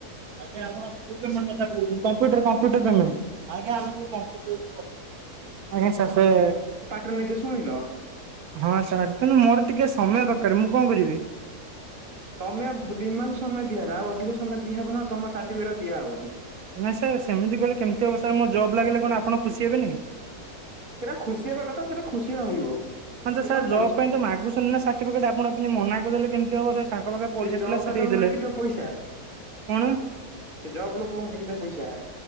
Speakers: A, on the right; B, on the right.
A: ଆଜ୍ଞା ଆପଣ କଉ ପେମେଣ୍ଟ କଥା କହୁଛନ୍ତି, କମ୍ପୁଟର କମ୍ପୁଟର ପେମେଣ୍ଟ୍। ଆଜ୍ଞା ସାର୍ ସେ।
B: ଏଥର ନିଜେ ଶୁଣିଲ।
A: ହଁ ସାର୍ କିନ୍ତୁ ମୋର ଟିକେ ସମୟ ଦରକାର ମୁଁ କଣ କରିବି।
B: ସମୟ ଦି ମାସ ସମୟ ଦିଆହେଲା ଆଉ ଅଧିକ ସମୟ ଦିଆହେବ ନହେଲେ ତମ ସର୍ଟିଫିକେଟ ଆଉ ଦିଆହବନି।
A: ନାଇଁ ସାର୍ ସେମିତି କହିଲେ କେମିତି ହବ ସାର୍ ମୋ ଜବ୍ ଲାଗିଲେ କଣ ଆପଣ ଖୁସି ହେବେନି।
B: ସେଇଟା ଖୁସି ହେବା କଥା ସେଇଟା ଖୁସି ରହିବ।
A: ହ
B: ଏବେ
A: ଯେ ସାର୍
B: ତମ
A: ଜବ
B: ପଇସା
A: ପାଇଁ ତ ମାଗୁଛନ୍ତିି ନା ସାର୍ଟିଫିକେଟ ଆପଣ ମନା କରିଦେଲେ କେମିତି ହବ ସାର୍। ତାଙ୍କ ପାଖରେ ପଇସା
B: ଜବ୍
A: ଥିଲା ସେ
B: ବାଲାକୁ
A: ଦେଇଦେଲେ
B: ମାଗିଦିଅ
A: କଣ।
B: ପଇସା ସେ ଜବ ଲୋକଙ୍କୁ ମାଗି ଦେ ପଇସା।